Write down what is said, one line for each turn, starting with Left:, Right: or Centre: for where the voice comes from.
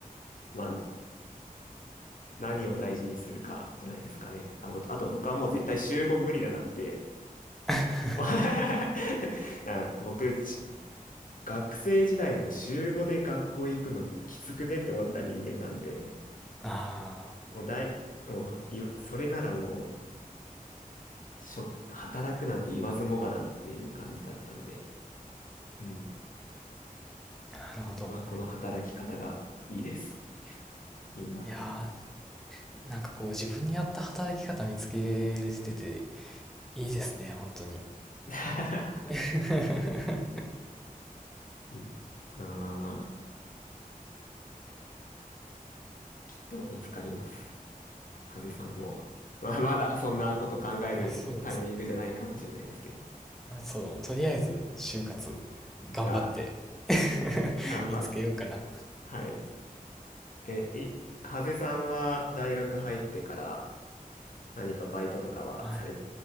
Left: まあ、何を大事にするかじゃないですかね。あ、ぼあと僕はもう絶対週5無理だなって。
Centre: <laughs>
Left: <laughs> な僕、し学生時代にも週5で学校行くのきつくねって思ってた人間なんで、
Centre: あ
Left: もう大、もうい、それならもう、職、働くなんて言わずもがなっていう感じだったんで、うん。
Centre: あ、なるほど。
Left: 僕はこの働き方がいいです。いいなって思ってます。
Centre: いやー、なんかこう自分に合った働き方見つけれてて、いいですね、本当に。
Left: <laughs>
Centre: <laughs>
Left: いまあまあまあ、きっと見つかります。ハゼさんも。まあまだそんなこと考えるタイミングじゃないかもしれないですけど。
Centre: あ、そうですね。あそう、とりあえず就活頑張って
Left: まあ、
Centre: <laughs>
Left: 頑張っ、
Centre: 見つけようかな。
Left: はい。え、い、ハゼさんは大学入ってから何かバイトとかはされ
Centre: はい。